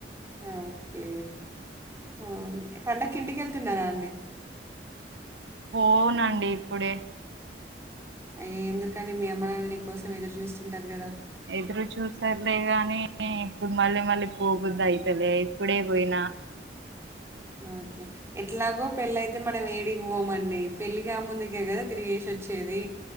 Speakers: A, on the right (about 15°); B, on the right (about 85°).
A: ఆ ఓకే. ఓకే పండక్కి ఇంటికెళ్తున్నారా అండి.
B: పోనండి ఇప్పుడే.
A: అయ్యే ఎందుకండీ, మీ అమ్మ నాన్న నీ కోసం ఎదురు చూస్తుంటారు కదా.
B: ఎదురు చూస్తారులే గానీ ఇప్పుడు మళ్ళీ మళ్ళీ పోబుద్ది అయితలే, ఇప్పుడే పోయినా
A: ఓకే ఎట్లాగో పెళ్ళయితే మనం ఏడికిపోమండి, పెళ్లి కా ముందుకే కదా తిరిగేసి వచ్చేది.